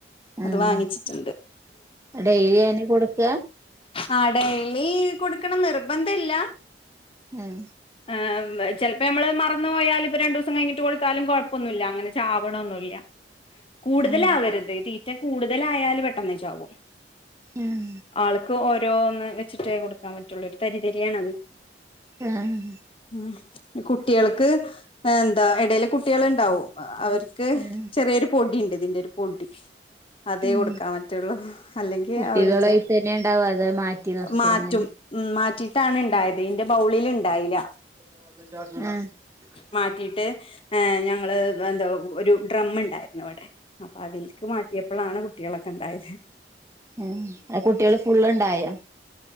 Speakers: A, on the right; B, on the left.
A: ആഹ്
B: അത് വാങ്ങിച്ചിട്ടുണ്ട്
A: ഡെയിലി അയിന് കൊടുക്ക
B: ആ ഡൈലി കൊടുക്കണം നിർബ- വെന്തില്ല
A: ഉം
B: ആഹ് ചെലപ്പോ നമ്മള് മറന്നു പോയാല് ഇപ്പ രണ്ട് ദിവസം കഴിഞ്ഞിട്ട് കൊടുത്താലും കോഴപ്പൊന്നുമില്ല അങ്ങനെ ചാവണൊന്നുമില്ല കൂടുതല്
A: ഉം
B: ആവരുത് തീ- മറ്റേ കൂടുതലായാല് പെട്ടെന്ന് ചാകും
A: ഉം
B: ആൾക്ക് ഒര- ഓരോന്ന് വെച്ചിട്ട് കൊടുക്കാൻ പറ്റുള്ളൂ ഒരു തരി തരിയാണത്
A: ആഹ്
B: ഉം കുട്ടികൾക്ക് എന്താ എടയില് കുട്ടികൾ ഇണ്ടാവും ഒപ്പം അവർക്ക്
A: ഉം
B: ചെറിയൊരു പൊടിയുണ്ട് ഇതിന്റെ ഒരു പൊടി അതേ
A: ഉം
B: കൊടുക്കാൻ പറ്റുള്ളൂ അല്ലെങ്കിൽ
A: കുട്ടികളായി
B: അവര് ചാ
A: തന്നെ ഉണ്ടാവ അതോ മാറ്റി നിർത്ത
B: മാറ്റും
A: എങ്ങനെ
B: മാറ്റി ട്ടാണ് ഇണ്ടായത് ഇന്റെ ബൗളില് ഇണ്ടായില്ല.
A: ഉം
B: മാറ്റിയിട്ട് ഏഹ് ഞങ്ങള് എന്താ ഒരു ഡ്രം ഇണ്ടായിരുന്നു നോടെ അപ്പൊ അതിൽക്ക് മാറ്റിയപ്പളാണ് കുട്ടികള് ഇണ്ടായേ
A: ഏഹ് <unintelligible> കുട്ടികള് ഫുള്ളുണ്ടായോ